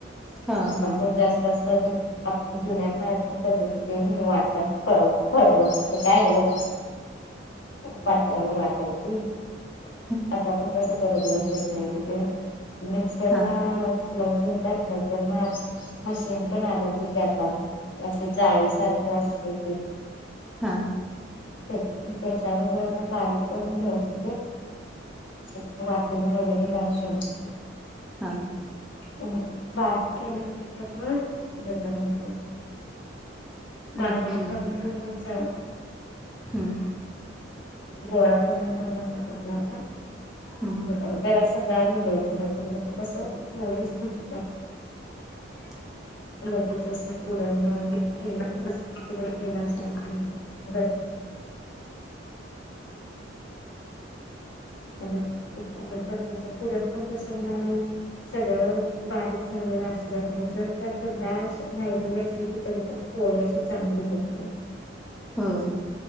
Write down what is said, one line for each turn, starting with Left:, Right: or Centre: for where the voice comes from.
Centre: हां
Left: आता
Centre: हां
Left: पण जास्त अस- जुन्या का पद्धतीचे नि वटाण करायचे- पाटावर वाटायची-
Centre: ह..
Left: आता आपण कस करतो चरणी मध्ये ते मिक्सरला-
Centre: हां
Left: लावून घेतात नाही तर मग मशीन पण आला की आता. असे जाळी सारखं असत ते.
Centre: हा....
Left: त्याच्यावर म बारीक करून घ्यायचे ते. सगळ आपन वाटलेले असेल-
Centre: हा..
Left: हो बाार केलाराच <unintelligible> बाजूला
Centre: ओके
Left: काढून ठेवायच-
Centre: हं
Left: गोळ्या करून घ्यायच्या कणकेच्या-
Centre: हं
Left: जरासा गार होऊ द्यायच नाहीतर मग ते कस व्यवस्थित-
Centre: ह <unintelligible>
Left: लगेच अस पुरण पुरण केलं केलं असेल ते- <inaudible> म्हणजे पण कस पुरण पण कसं होईल- सगळं बारीक झालेलं असलं त्या जर त्यातच दाळ राहिलेली असली ति जरी पण- व्यवस्थित चांगली होत नाही.
Centre: ह्म्म...